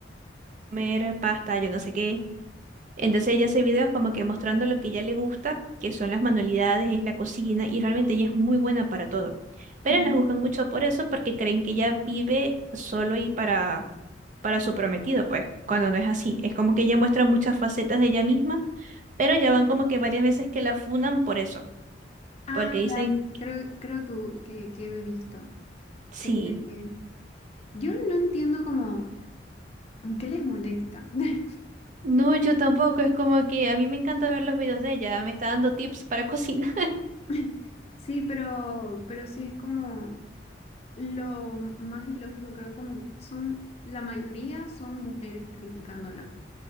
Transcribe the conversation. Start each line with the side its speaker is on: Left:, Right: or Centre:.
Right: comer pasta, yo no sé qué. Entonces ella hace videos como que mostrando lo que ella le gusta, que son las manualidades, es la cocina, y realmente ella es muy buena para todo. Pero
Left: Mm.
Right: la juzgan mucho por eso, porque creen que ella vive solo y para, para su prometido, pues, cuando no es así. Es como que ella muestra muchas facetas de ella misma, pero ya van como que varias veces que la funan por eso,
Left: Ah,
Right: porque dicen,
Left: ya, sí, creo, creo que, que, que he visto.
Right: sí.
Left: Eh, yo no entiendo como qué les molesta. <laughs>
Right: No, yo tampoco, es como que a mí me encanta ver los videos de ella, me está dando tips para <laughs> cocinar.
Left: <laughs> Sí, pero, pero sí es como lo más ilógico, creo como que son, la mayoría son mujeres criticándola.